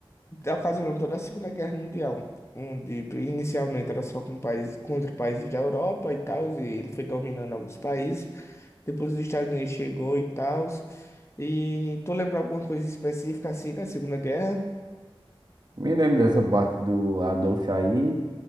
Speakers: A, on the left; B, on the right.
A: ocasionou toda a Segunda Guerra Mundial, onde pri- inicialmente era só com países, contra países da Europa e tal, e ele foi dominando alguns países. Depois os Estados Unidos chegou e tal. E tu lembra alguma coisa específica assim da Segunda Guerra?
B: Me lembro dessa parte do Adolf aí.